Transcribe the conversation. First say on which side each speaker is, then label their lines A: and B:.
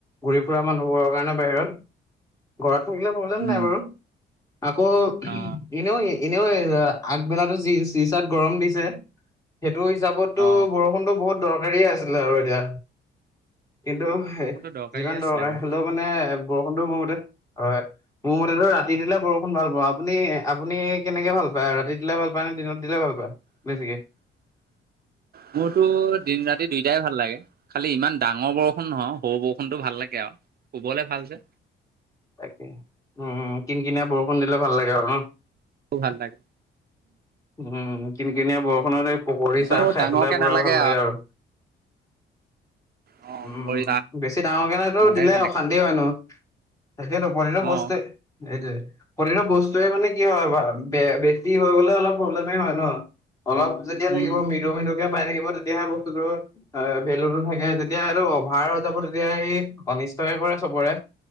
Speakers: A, on the left (about 15°); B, on the right (about 50°).
A: ঘূৰি ফুৰা মানুহবোৰৰ কাৰণে বাহিৰত ঘৰত থাকিলে প্ৰব্লেম
B: উম
A: নাই বাৰু, আকৌ
B: অ
A: এনেও এনেও আগবেলাটো যি চিচাত গৰম দিছে, সেই এইটো হিচাপততো,
B: অ
A: বৰষুণতো বহুত দৰকাৰী আছিলে, আৰু এতিয়া, কিন্তু
B: বৰষুণটো দৰকাৰী
A: যিমান
B: আছিলে
A: দৰকাৰ,
B: বাৰু
A: হ'লেও মানে, বৰষুণ মোৰ মতে, হয়, মোৰ মতেটো ৰাতি দিলে বৰষুণ ভাল পাওঁ, আপুনি, আপুনি কেনেকে ভাল পায়? ৰাতি দিলে ভাল পায় নে, দিনত দিলে ভাল পায়, বেছিকে।
B: মোৰতো দিন ৰাতি দুইটাই ভাল লাগে, খালি ইমান ডাঙৰ বৰষুণ নহয়, সৰু বৰষুণতো ভাল লাগে আৰু। অহ', শুবলে ভাল যে।
A: <inaudible> তাকে, উম, কিনকিনিয়া বৰষুণ দিলে ভাল লাগে আৰু ন।
B: ভাল লাগে
A: উম, কিনকিনিয়া বৰষুণত এই পকৰী
B: ইমানো
A: চাহ খাই
B: ডাঙৰকে
A: পেলাই পুৰা
B: নালাগে
A: ভাল লাগে আৰু।
B: অ
A: উম,
B: পৰি
A: বেছি ডাঙৰ কেনেতো
B: মজাই
A: দিলে,
B: বেলেগ
A: অশান্তি হয় ন। তাকে নকৰিলে বস্তে,
B: অ
A: সেইটোৱে। প্ৰতিটো বস্তুৱেই মানে কি হয়, বা বেছি হৈ গ'লে অলপ প্ৰব্লেমেই হয় ন। অলপ যেতিয়া থাকিব
B: উম
A: মৃদু মৃদুকে পাই থাকিব তেতিয়াহে বস্তুটোৰ ভেলুটো থাকে এতিয়া, এইটো অভাৰ হৈ যাব তেতিয়াহে সি, অনিষ্টহে কৰে চবৰে।